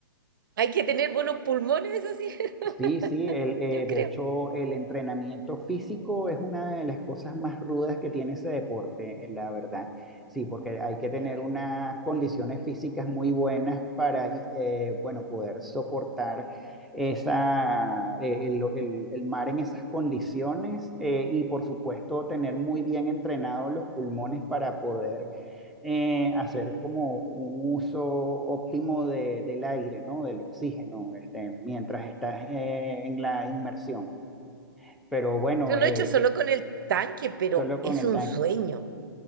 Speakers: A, on the right (about 60°); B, in the centre.
A: hay que tener buenos pulmones, eso sí,
B: Sí, sí, el,
A: <laughs>
B: eh,
A: yo
B: de
A: creo.
B: hecho el entrenamiento físico es una de las cosas más rudas que tiene ese deporte, eh, la verdad. Sí, porque hay que tener
A: Ya.
B: unas condiciones físicas muy buenas para, y, eh, bueno, poder soportar esa, eh, el, el- el mar en esas condiciones eh, y por supuesto tener muy bien entrenados los pulmones para poder eh, hacer como un uso óptimo de- del aire, ¿no? Del oxígeno, este, mientras estás eh, en la inmersión. Pero bueno,
A: Yo lo
B: eh,
A: he hecho solo
B: eh,
A: con el tanque, pero
B: solo con
A: es
B: el
A: un
B: tanque.
A: sueño.